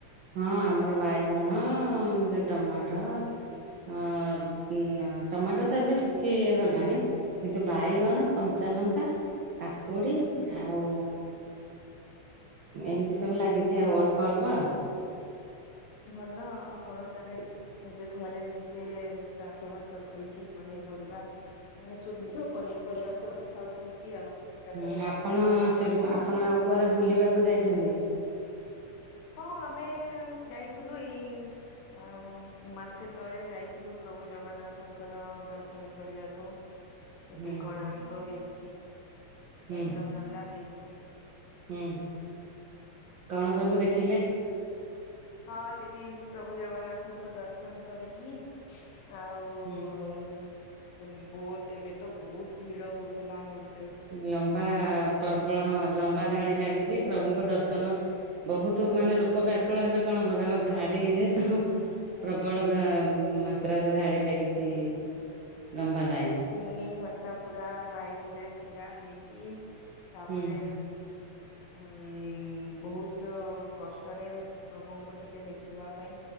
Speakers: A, on the right (about 70°); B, on the left (about 80°).
A: ହଁ ଆମର ବାଇଗଣ ଯୋଉ ଟମାଟୋ ଅ ଉମ ଟମାଟୋ ତ ଏବେ ଶୁଖି ଗଲାଣି କିନ୍ତୁ ବାଇଗଣ କ ଞ୍ଚା ଲଙ୍କା, କାକୁଡ଼ି ଆଉ ଏମତି ସବୁ ଲାଗିଚି ଆଉ ଅଳ୍ପ ଅଳ୍ପ ଆଉ।
B: ହୁଁ ଭଲ ଆଉ ଆପଣ ତାହେଲେ ନିଜେ ଘରେ ନିଜେ ଚାଷ ବାସ କରି ଟିକେ ପନିର ପରିବା ମାନେ ଶୁଦ୍ଧ ପନିର ପରିବା ସବୁ ଖାଉଛନ୍ତି ଆଉ। ସେଟା
A: ହୁଁ
B: ତ ଦେହ
A: ଆପଣ
B: ପକ୍ଷରେ ବହୁତ
A: ସେ
B: ଭଲ।
A: ଆପଣ ଆଉ କୁଆଡେ ବୁଲିବାକୁ ଯାଇଛନ୍ତି।
B: ହଁ ଆମେ ଯାଇଥିଲୁ ଏଇ ଅଁ ମାସେ ତଳେ ଯାଇଥିଲୁ ପ୍ରଭୁ ଜଗନ୍ନାଥଙ୍କର ଦର୍ଶନ କରିଆକୁ। ସେଠି
A: ହୁଁ
B: କୋଣାର୍କ ହେଇଚି, ଚନ୍ଦ୍ରଭାଗା
A: ହୁଁ
B: ହେଇଚି।
A: ହୁଁ କଣ ସବୁ ଦେଖିଲେ?
B: ହଁ ସେଠି ପ୍ରଭୁ ଜଗନ୍ନାଥଙ୍କୁ ଦର୍ଶନ କରିକି ଆଉ
A: ହୁଁ
B: ବହୁତ ଏବେ ତ ବହୁତ ଭିଡ ହଉଥିଲା ଆମେ ଯେ
A: ଲମ୍ବା ପ୍ରବଳ ହଁ ଲମ୍ବା ଧାଡି ଲାଗିଚି ପ୍ରଭୁଙ୍କ ଦର୍ଶନ ବହୁତ ମାନେ ଲୋକ ବ୍ୟାକୁଳ ହେଲେ କଣ ହବ ତାଙ୍କ ଧାଡିରେ ତ
B: ହୁଁ
A: ପ୍ରବଳତା ମାତ୍ରାରେ ଧାଡି ଲାଗିଛି। ଲମ୍ବା ଲାଇନ
B: ତିନି ଘଣ୍ଟା ପୁରା ଲାଇନରେ ଛିଡା ହେଇକି ତାପରେ
A: ହୁଁ
B: ଉଁ। ବହୁତ କଷ୍ଟରେ ପ୍ରଭୁଙ୍କୁ ଟିକେ ଦେଖିବା ପାଇଁ।